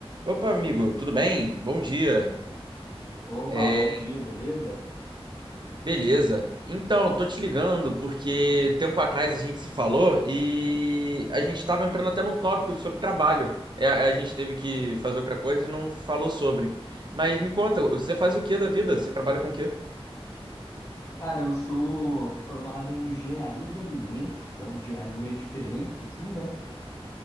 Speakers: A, on the right (about 50°); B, on the left (about 30°).
A: Opa, amigo, tudo bem? Bom dia.
B: Opa,
A: É,
B: bom dia, beleza?
A: beleza. Então, tô te ligando porque um tempo atrás a gente se falou e a gente estava entrando até num tópico sobre trabalho. É, a gente teve que fazer outra coisa e não falou sobre. Mas me conta, você faz o que da vida? Você trabalha com o quê?
B: Cara, eu sou formado em engenharia de alimentos, é uma engenharia meio diferente, assim, né?